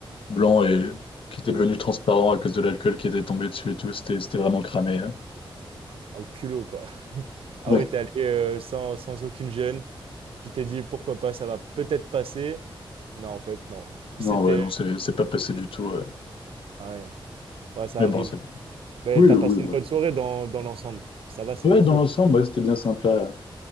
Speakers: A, on the left; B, on the right.
A: blanc et qui était devenu transparent à cause de l'alcool qui était tombé dessus et tout. C'était c'était vraiment cramé. hein.
B: ah, au culot, quoi. <laughs> Ah
A: Ouais.
B: oui, t'es allé euh, sans, sans aucune gêne. Tu t'es dit, pourquoi pas, ça va peut-être passer. Non, en fait, non. <laughs>
A: Non,
B: C'était...
A: ouais, non, c'est c'est pas passé du tout. euh.
B: Ouais, ouais, ça
A: Mais
B: arrive.
A: bon, c'est.
B: Mais
A: Oui,
B: t'as
A: oui,
B: passé
A: ouais.
B: une bonne soirée dans, dans l'ensemble. Ça va, c'était
A: Ouais,
B: cool.
A: dans l'ensemble, ouais, c'était bien sympa.